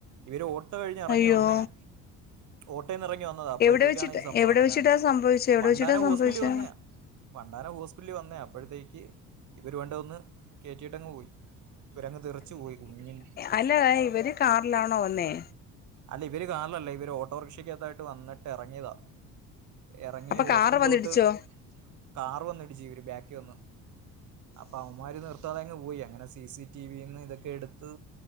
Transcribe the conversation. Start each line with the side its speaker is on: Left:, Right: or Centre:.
Right: ഇവര് ഓട്ടോ കഴിഞ്ഞ് എറങ്ങി
Left: അയ്യോ
Right: വന്നയാ ഓട്ടോന്നെറങ്ങി വ ന്നതാ അപ്പോഴത്തേക്കാണ്
Left: എവിടെ വെച്ചിട്ട്
Right: ഈ സംഭവം
Left: എവിടെ
Right: നടക്കുന്നത്
Left: വെച്ചിട്ടാ സംഭവിച്ചെ എവിടെ
Right: വണ്ടാന
Left: വെച്ചിട്ടാ സംഭവിച്ചെ
Right: ഹോസ്പിറ്റലി വന്നയാ വണ്ടാന ഹോസ്പിറ്റല് വന്നേയാ അപ്പോഴത്തേക്ക് ഇവര് വണ്ടി വന്ന് കേറ്റി വിട്ടങ്ങ് പോയി ഇവരങ്ങ് തെറിച്ച് പോയി കുഞ്ഞ്
Left: അല്ലടാ ഇവര് കാറിലാണോ വന്നേ?
Right: അല്ല ഇവര് കാറിലല്ല ഇവര് ഓട്ടോറിക്ഷക്കകത്തായിട്ട് വന്നിട്ട് എറങ്ങിയതാ. എറങ്ങി
Left: അപ്പൊ
Right: ഹോസ്പിറ്റലിലോട്ട്
Left: കാറ് വന്നിടിച്ചോ
Right: കാർ വന്നിടിച്ച് ഇവര് ബാക്കിൽ വന്ന് അപ്പ അവൻമാര് നിർത്താതെ അങ്ങ് പോയി അങ്ങനെ സി സി ടി വിന്ന് ഇതൊക്കെ എടുത്ത്